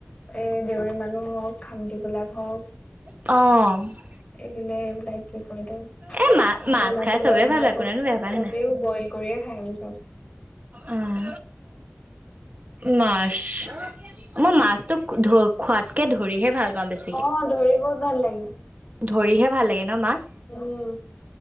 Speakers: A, on the left; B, on the right.
A: এ দেউৰী মানুহ হওঁক খামটি বিলাক হওঁক।
B: অ,।
A: এইফালে এইবিলাক কি কৈ এইটো অৰুণাচলৰ
B: এ মা মাছ খাই চবেই
A: সেইবিলাক
B: ভাল পায় কোনেনো বেয়া পায়
A: চবেই
B: হয়
A: বইল কৰিয়ে খাই আমি চব।
B: উম। মাছ, মই মাছতো ধৰি খোৱাতকে ধৰিহে ভাল পাওঁ বেছি।
A: অ', ধৰি বহুত ভাল লাগে।
B: ধৰিহে ভাল লাগে ন' মাছ।
A: উম